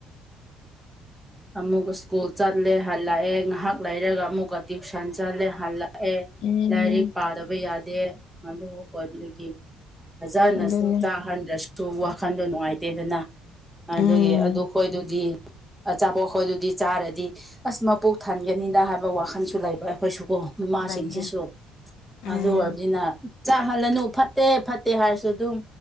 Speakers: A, in the centre; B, on the left.
A: ꯑꯃꯨꯛꯀꯥ ꯁ꯭ꯀꯨꯜ ꯆꯠꯂꯦ ꯍꯜꯂꯛꯑꯦ ꯉꯥꯏꯍꯥꯛ ꯂꯩꯔꯒ ꯑꯃꯨꯛꯀ ꯇ꯭ꯨꯁꯟ ꯆꯠꯂꯦ ꯍꯜꯂꯛ ꯑꯦ
B: ꯎꯝ
A: ꯂꯥꯏꯔꯤꯛ ꯄꯥꯗꯕ ꯌꯥꯗꯦ ꯑꯗꯨ ꯑꯣꯏꯕꯗꯒꯤ ꯐꯖꯅꯁꯨ
B: ꯑꯗꯨꯅꯤ
A: ꯆꯥꯍꯟꯗ꯭ꯔꯁꯨ ꯋꯥꯈꯟꯗꯣ ꯅꯨꯡꯉꯥꯏꯇꯦꯗꯅ ꯑꯗꯨꯒꯤ
B: ꯎꯝ
A: ꯑꯗꯨ ꯈꯣꯏꯗꯨꯗꯤ ꯑꯆꯥꯄꯣꯠꯇꯣ ꯑꯩꯈꯣꯏꯗꯨꯗꯤ ꯆꯥꯔꯗꯤ ꯑꯁ ꯃꯄꯨꯛ ꯊꯟꯒꯅꯤꯗ ꯍꯥꯏꯕ ꯋꯥꯈꯟꯁꯨ ꯂꯩꯕ ꯑꯩꯈꯣꯏꯁꯨ ꯑꯣ ꯃꯃꯥꯁꯤꯡꯁꯤꯁꯨ
B: ꯂꯩꯌꯦ ꯎꯝ
A: ꯑꯗꯨ ꯑꯣꯏꯔꯕꯅꯤꯅ ꯆꯥꯛꯍꯜꯂꯅꯨ ꯐꯠꯇꯦ ꯐꯠꯇꯦ ꯍꯥꯏꯔꯁꯨ ꯑꯗꯨꯝ